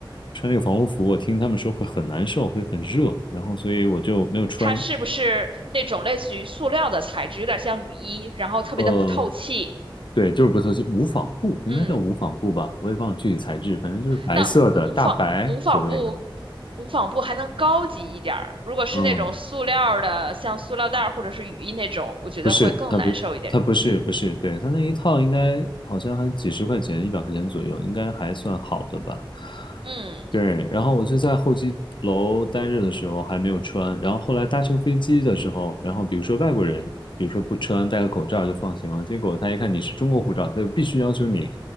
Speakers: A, on the left; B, on the right.
A: 穿那个防护服，我听他们说会很难受，会很热，然后所以我就没有穿。
B: 它是不是那种类似于塑料的材质，有点像雨衣，然后特别的不透气。
A: 呃，对，就是不透气，无纺布应该叫无纺布吧，
B: 嗯，
A: 我也忘了具体材质，反正就是白色的大白所谓的。
B: 那无无纺无纺布无纺布还能高级一点儿，如果是那种塑料儿的，
A: 嗯，
B: 像塑料袋儿或者是雨衣那种，我觉得会更难受一点。
A: 不是，它不，它不是，
B: 嗯
A: 不是，对，它那一套应该好像还几十块钱，一百块钱左右，应该还算好的吧。
B: 嗯，
A: 对，然后我就在候机楼待着的时候还没有穿，然后后来搭乘飞机的时候，然后比如说外国人，比如说不穿戴个口罩就放行了，结果他一看你是中国护照，他就必须要求你，